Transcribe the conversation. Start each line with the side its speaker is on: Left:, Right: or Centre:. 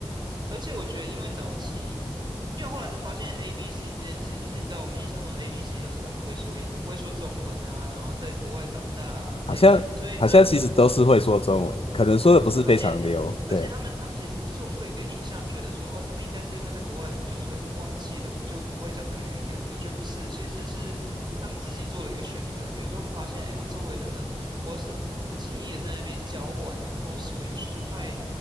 Right: 而且我觉得，因为早期，因为我后来才发现 A B C 这件事情，就是你知道我们印象中 A B C 就是他们不会说不会说中文啊，然后在国外长大啊这一类，
Left: 好像好像其实都是会说中文，
Right: 所以所以我们
Left: 可能说的不是非常溜。
Right: 会，而且而且他们他们其实就是我们会有一个印象，
Left: 对，
Right: 觉得说哦，他们应该是因为在国外很久，所以他们忘记了就不会讲那个语言。我觉得不是，其实是他们自己做了一个选择。比如说他们发现，哎，我周围的人，我要是不经意的在那边交换，那边 code switch 就太，